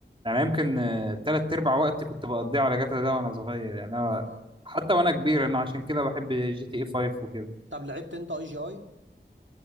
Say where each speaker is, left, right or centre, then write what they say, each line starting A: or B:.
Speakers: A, on the right; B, on the right.
A: يعني يمكن آه، تلات ارباع وقتي كنت بقضيه على جاتا ده وانا صغير يعني أنا
B: اه
A: حتى وانا كبير انا عشان كده بحب جي تي اي 5 وكده
B: طب لعبت انت اي جي اي